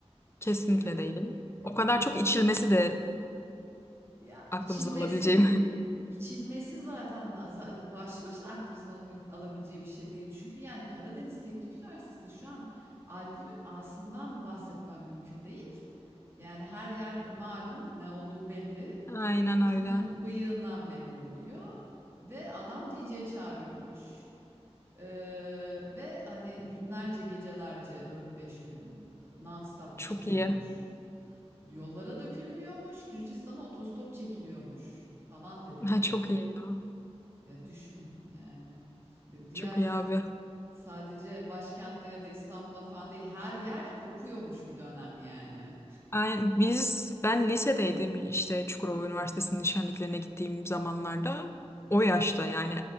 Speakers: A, on the left (about 25°); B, on the right (about 25°).
A: Kesinlikle
B: Çünkü
A: değil.
B: yani
A: O kadar çok içilmesi de
B: Ya,
A: aklımızın
B: içilmesi,
A: alabileceği. <laughs>
B: içilmesi zaten za başlı başına aklımızın alami alabileceği bir şey değil. Çünkü, yani, Karadeniz Teknik Üniversitesi'nde şu an alkolün A'sından bahsetmem mümkün değil. Yani, her yer malum, ne olduğu belli.
A: Aynen
B: Hepsinin
A: öyle.
B: bıyığından belli oluyor ve adam DJ çağırıyormuş, eee, ve, hani, günlerce, gecelerce dört beş gün, ııı, non stop içiliyormuş.
A: Çok iyi. <laughs>
B: Yollara dökülünüyormuş, Gürcistan'a otostop çekiliyormuş falan dedi herif.
A: Ha, çok iyi ya.
B: Ya düşün yani. Di- Diğer
A: Çok iyi abi.
B: sadece başkentte ya da İstanbul'da falan değil her yer kopuyormuş bir dönem yani.
A: Aynen. Biz, ben lisedeydim işte Çukurova Üniversitesi'nin şenliklerine gittiğim zamanlarda o yaşta yani